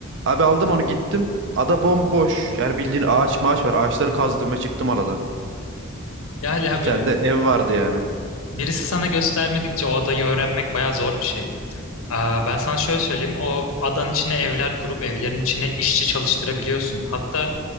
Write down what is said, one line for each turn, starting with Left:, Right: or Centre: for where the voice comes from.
Right: Abi aldım onu gittim. Ada bomboş. Yani bildiğin ağaç maaş var. Ağaçları kazdım ve çıktım aradan.
Left: Yani abi
Right: Bir tane de ev vardı yani.
Left: birisi sana göstermedikçe o adayı öğrenmek bayağı zor bir şey. Aa, ben sana şöyle söyleyeyim. O adanın içine evler kurup evlerin içine işçi çalıştırabiliyorsun. Hatta